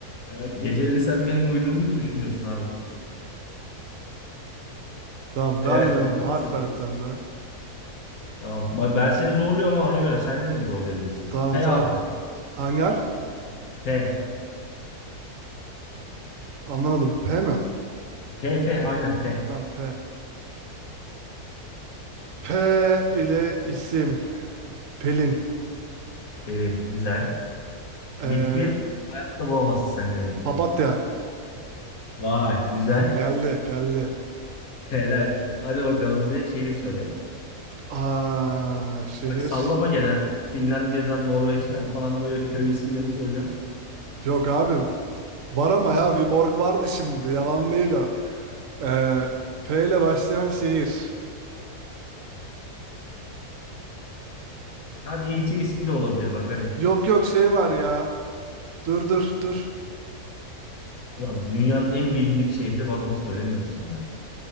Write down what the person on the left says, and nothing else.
Ya, geceleri sen benim uyuduğumu mu düşünüyorsun abi?
Evet
hazır
mısın?
Tamam. Bak ben seni zorluyorum ama ona göre sen de beni zorlayabilirsin.
P
harfi.
P.
P P aynen P.
Pelin güzel.
Bitki. Hayatta bulamazsın sen gene bitkiyi.
Vay güzel.
Helal. Hadi bakalım bir de şehir söyle.
Bak sallama gene ha. Finlandiya'dan, Norveç'ten falan böyle köy isimleri söylüyorsun.
Hadi ilçe ismi de olabilir bak hadi.
Ulan dünyanın en bilindik şehri var onu söylemiyorsun ya.